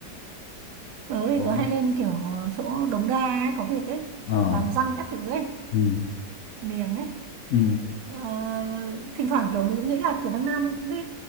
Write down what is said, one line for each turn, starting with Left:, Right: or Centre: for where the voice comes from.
Right: Tớ thì
Left: Ồ.
Right: tớ hay lên kiểu chỗ đống đa ấy, có việc ấy,
Left: Ờ.
Right: làm răng các thứ ấy,
Left: Ừ.
Right: niềng ấy.
Left: Ừ.
Right: Ờ, thỉnh thoảng kiểu mình cũng nghĩ là kiểu đằng nào mình cũng đi